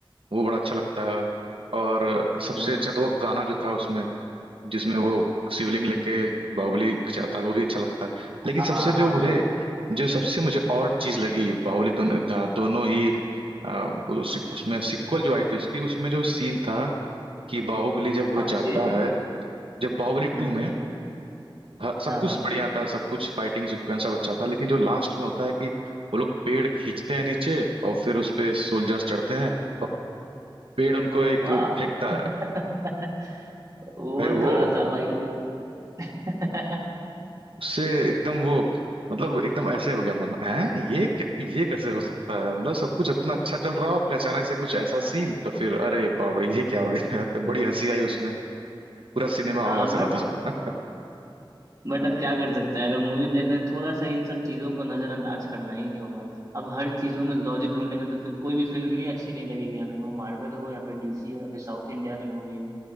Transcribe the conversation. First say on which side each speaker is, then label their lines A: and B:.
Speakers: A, on the right; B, on the right.
A: वो बड़ा अच्छा लगता है और सबसे
B: वही-
A: अच्छा तो वो गाना जो था उसमें जिसमें वो शिवलिंग लेके बाहुबली जाता है वो भी अच्छा लगता है
B: हाँ
A: लेकिन सबसे जो
B: हाँ,
A: मुझे
B: वही।
A: जो सबसे मुझे और चीज लगी बाहुबली दोनों दोनों ही अ, उस, उसमें सिक्वल जो आई थी उसकी उसमें जो सीन था कि बाहुबली जब वो
B: कौन
A: जाता
B: सी
A: है जब बाहुबली
B: हम्म
A: टू में
B: हम्म,
A: ह- सब
B: हाँ
A: कुछ
B: हाँ
A: बढ़िया था सब कुछ फाइटिंग सीक्वेंस सब अच्छा था लेकिन जो लास्ट में होता है कि वो लोग पेड़ खींचते हैं नीचे और फिर उस पे सोल्जर्स चढ़ते हैं और पेड़ उनको
B: <laughs>
A: एक
B: वाह।
A: फेंकता है
B: <laughs> वो
A: भाई वो
B: थोड़ा सा भाई अब <laughs>
A: उससे एकदम वो मतलब एकदम ऐसे हो गया मन है ये क्या- ये कैसे हो सकता है मतलब सब कुछ इतना अच्छा चल रहा हो फिर अचानक से कुछ ऐसा सीन तो फिर अरे बाप रे ये क्या हो गया <laughs> तो बड़ी हंसी आई उसमें पूरा सिनेमा
B: हाँ
A: हॉल हंस
B: बट
A: रहा था
B: बट अब
A: <laughs>
B: क्या कर सकते हैं अगर मूवी देख रहे हैं थोड़ा सा इन सब चीजों को नजरअंदाज करना ही होगा अब हर चीजों में लॉजिक ढूंढेंगे तो फिर कोई भी फिल्म ही अच्छी नहीं लगेगी हमें वो मार्वल हो या फिर डीसी हो या फिर साउथ इंडिया की मूवी हो